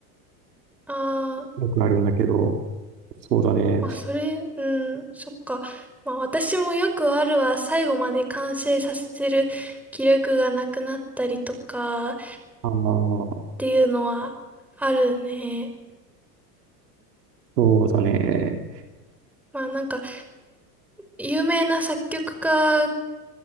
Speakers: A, in the centre; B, on the right.
A: あ、あー
B: よくあるんだけど、そうだね。
A: まあ、それ、うん、そっか。まあ、私もよくあるは、最後まで完成させてる気力がなくなったりとかっ
B: あー
A: ていうのはあるね。
B: そうだね。
A: まあ、なんか、有名な作曲家